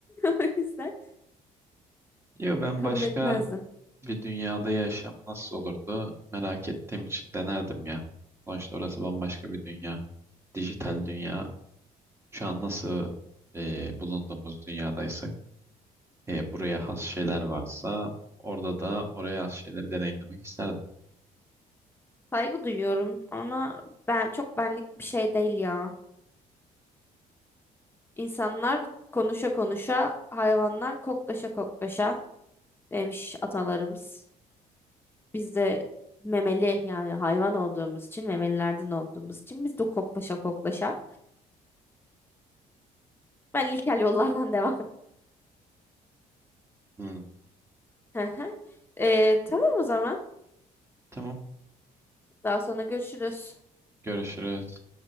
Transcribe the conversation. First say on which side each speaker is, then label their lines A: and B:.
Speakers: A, on the left; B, on the right.
A: O yüzden
B: Yok ben
A: kabul
B: başka
A: etmezdim.
B: Bir dünyada yaşam nasıl olurdu merak ettiğim için denerdim ya. Sonuçta orası bambaşka bir dünya. Dijital dünya. Şu an nasıl e, bulunduğumuz dünyadaysak e, buraya has şeyler varsa orada da oraya has şeyleri deneyimlemek isterdim.
A: Saygı duyuyorum ama ben çok benlik bir şey değil ya. İnsanlar konuşa konuşa, hayvanlar koklaşa koklaşa demiş atalarımız. Biz de memeli yani hayvan olduğumuz için, memelilerden olduğumuz için biz de koklaşa koklaşa. Ben ilkel yollardan devam.
B: Hmm,
A: <laughs> Hı hı. Ee, tamam o zaman.
B: tamam.
A: Daha sonra görüşürüz.
B: Görüşürüz.